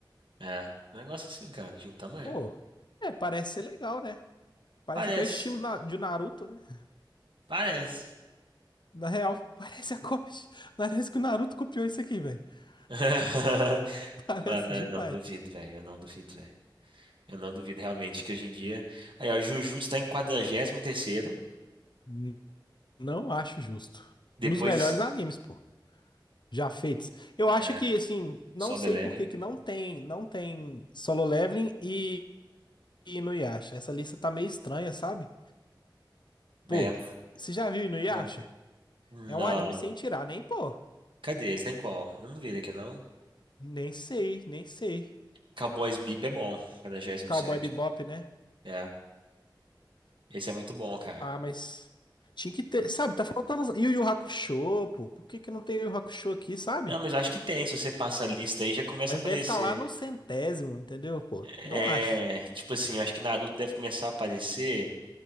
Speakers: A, on the right; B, on the left.
A: É, um negócio assim, cara, Gintama
B: Pô,
A: é.
B: é, parece ser legal, né? Parece
A: Parece,
B: até o estilo na- de Naruto, né?
A: parece.
B: Na real, <laughs> parece a cópia. de- Parece que o Naruto copiou isso aqui, velho. <laughs>
A: <laughs>
B: Parece
A: Mano,
B: demais.
A: eu não duvido, velho, eu não duvido, velho. Eu não duvido realmente que hoje em dia... Aí, ó, Jujutsu tá em 43º,
B: N- Não acho justo.
A: depois...
B: Um dos melhores animes, pô. Já feitos. Eu
A: É,
B: acho que, assim, não
A: Solo
B: sei
A: Eleven.
B: por que que não tem, não tem Solo Leveling e e Inuyasha. Essa lista tá meio estranha, sabe? Pô,
A: É,
B: você já viu Inuyasha?
A: ah, não,
B: É um anime sem tirar, nem pô.
A: cadê? Ele tá em qual? Eu não vi ele aqui, não.
B: Nem sei, nem sei.
A: Cowboys Bebop é bom, 47º.
B: Cowboy Bebop, né?
A: É, esse é muito bom, cara.
B: Ah, mas tinha que ter, sabe? Tá faltando uns- Yu Yu Hakusho, pô. Por que que não tem Yu Yu Hakusho aqui, sabe?
A: Não, mas eu acho que tem, se você passa a lista aí, já começa
B: Mas
A: a aparecer.
B: deve estar lá no centésimo, entendeu, pô?
A: É,
B: Não acho.
A: tipo assim, eu acho que Naruto deve começar a aparecer